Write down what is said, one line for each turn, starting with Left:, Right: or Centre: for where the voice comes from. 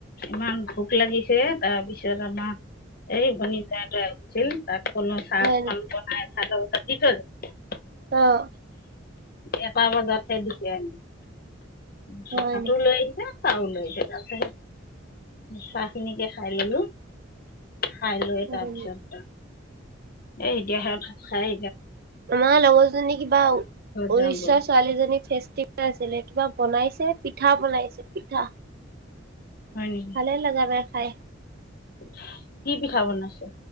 Left: ইমান ভোক লাগিছে তাৰপিছত আমাৰ এই ভনী জোঁৱাই টো আহিছিল তাত সকলো চাহখন
Right: হয় নেকি?
Left: বনাই খালো। ইটো <unintelligible>
Right: অ',
Left: এটা বজাতহে দিছে আনি। চ
Right: হয়
Left: চাটো
Right: নেকি?
Left: লৈ আহিছে। ছাহ ও লৈ আহিছে তাতে চাহ খিনিকে খাই ললো। খাই লৈ
Right: হয়
Left: তাৰ পিছত
Right: নেকি?
Left: এ এতিয়া সে ভাত চাই
Right: আমাৰ লগৰজনী কিবা উৰিষ্যা
Left: ঘৰত যাওঁগৈ
Right: ছোৱালীজনী ফেষ্টিভেল এটা আছিলে কিবা বনাইছে । পিঠা বনাইছে পিঠা।
Left: হয় নেকি
Right: ভালে লাগা নাই। হয়।
Left: <unintelligible> কি পিঠা বনাইছে?